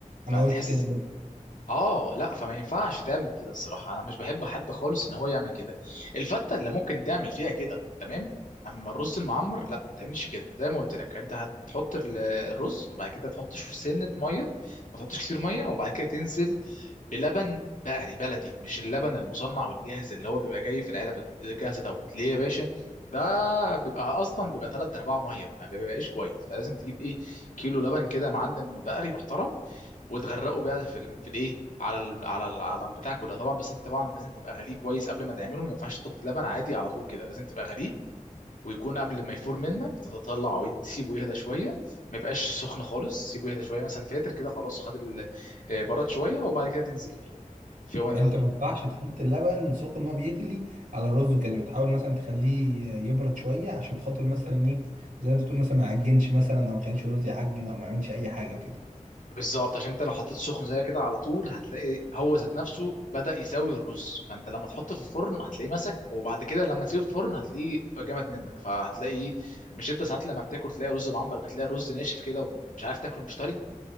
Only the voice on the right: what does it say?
انا قلت كده برضه
يعني انت ما ينفعش تحط اللبن سخن وهو بيغلي على الرز كده بتحاول مثلا تخليه يبرد شويه عشان خاطر مثلا ايه زي ما انت تقول مثلا ما يعجنش مثلا او ما يخليش الرز يعجن او ما يعملش اي حاجه وكده